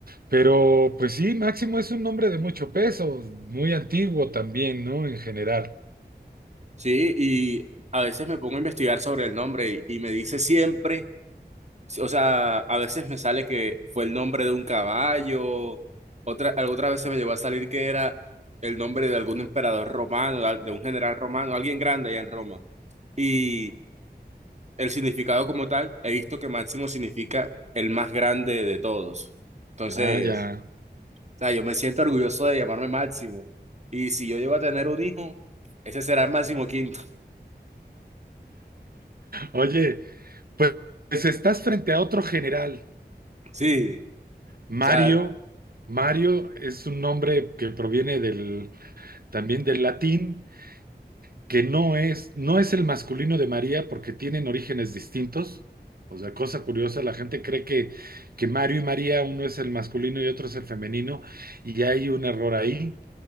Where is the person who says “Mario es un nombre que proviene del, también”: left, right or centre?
Right